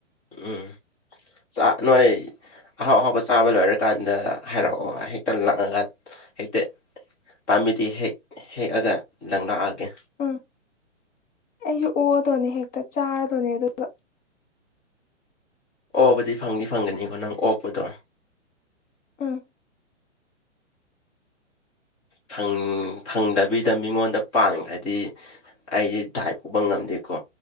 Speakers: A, in the centre; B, on the left.
A: ꯎꯝ ꯆ ꯅꯣꯏ ꯑꯍꯥꯎ ꯑꯍꯥꯎꯕ ꯆꯥꯕ ꯂꯣꯏꯔꯀꯥꯟꯗ ꯍꯥꯏꯔꯛꯑꯣ ꯍꯦꯛꯇ ꯂꯥꯛꯉ ꯍꯦꯛꯇ ꯄꯥꯝꯕꯤꯗꯤ ꯍꯦꯛ ꯍꯦꯛꯑꯒ ꯂꯪ ꯂꯥꯛꯑꯒꯦ
B: ꯎꯝ ꯑꯩꯁꯨ ꯑꯣꯑꯗꯣꯅꯦ ꯍꯦꯛꯇ ꯆꯥꯔꯗꯣꯅꯦ ꯑꯗꯨꯒ
A: ꯑꯣꯕꯨꯗꯤ ꯐꯪꯗꯤ ꯐꯪꯒꯅꯤꯀꯣ ꯅꯪ ꯑꯣꯛꯄꯗꯣ
B: ꯎꯝ
A: ꯐꯪ ꯐꯪꯗꯕꯤꯗ ꯃꯤꯉꯣꯟꯗ ꯄꯥꯟꯈ꯭ꯔꯗꯤ ꯑꯩꯗꯤ ꯗꯥꯥꯏ ꯄꯨꯕ ꯉꯝꯗꯦꯀꯣ